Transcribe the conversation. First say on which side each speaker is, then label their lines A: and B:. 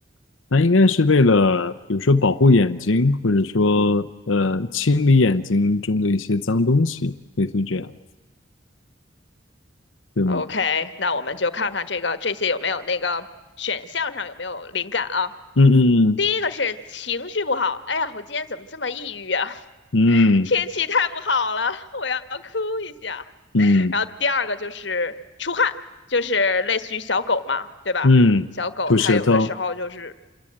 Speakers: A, on the left; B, on the left.
A: 那应该是为了，比如说保护眼睛，或者说呃清理眼睛中的一些脏东西，类似于这样，对吗？
B: OK，那我们就看看这个这些有没有那个选项上有没有灵感啊？
A: 嗯嗯
B: 第一个是情绪不好，哎呀，我今天怎么这么抑郁啊？
A: 嗯
B: 天气太不好了，我要哭一下。
A: 嗯
B: 然后第二个就是出汗，就是类似于小狗嘛，对吧？
A: 嗯嗯，
B: 小狗它有的时候就是
A: 吐舌头，